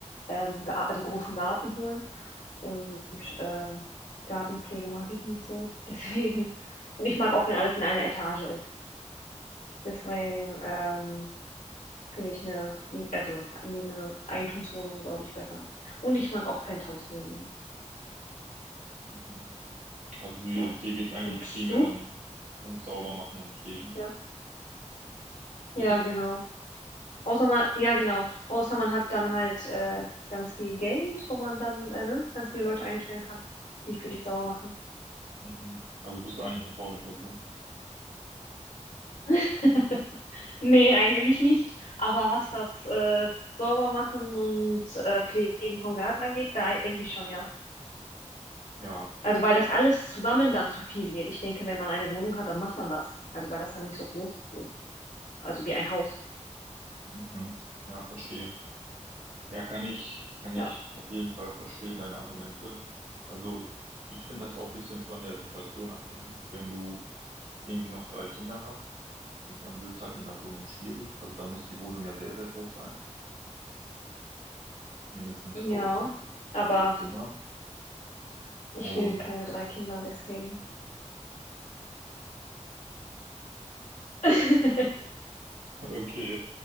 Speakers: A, on the left; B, on the right.
A: ähm, Ga- also großen Garten holen Und ähm, die Gartenpflege mag ich nicht so. <laughs> Deswegen. Und ich mag auch, wenn alles in einer Etage ist. Deswegen ähm, finde ich eine, Mi- also eine Eigentumswohnung, glaube ich, besser. Und ich mag auch Penthouse-Wohnungen.
B: Mhm. Also du,
A: Ja.
B: dir geht's eigentlich
A: Und
B: primär
A: du?
B: dann ums Saubermachen und Pflegen.
A: Ja. Ja,
B: Bitte?
A: genau. Außer man, ja, genau. Außer man hat dann halt äh, ganz viel Geld, wo man dann äh, ne, ganz viele Leute einstellen kann, die für dich sauer machen.
B: Mhm. Also bist du eigentlich eine faule Person?
A: <laughs> Nee, eigentlich nicht. Aber was das äh, Saubermachen und äh, Pflegen vom Garten angeht, da denke ich schon, ja.
B: Ja.
A: Also weil das alles zusammen dann zu viel wird. Ich denke, wenn man eine Wohnung hat, dann macht man das. Also weil das dann nicht so groß ist. Also wie ein Haus.
B: Mhm. Ja, verstehe. Ja, kann ich, kann ich
A: Ja.
B: auf jeden Fall verstehen, deine Argumente. Also ich finde das auch ein bisschen von der Situation abhängig. Wenn du irgendwie noch drei Kinder hast, dann wird's halt mit einer Wohnung schwierig. Also da muss die Wohnung ja sehr, sehr groß sein. Mindestens,
A: Ja.
B: glaube ich, dann vier,
A: Aber
B: vier Zimmer.
A: ich
B: Und
A: will keine drei Kinder, deswegen. <laughs>
B: <laughs> okay.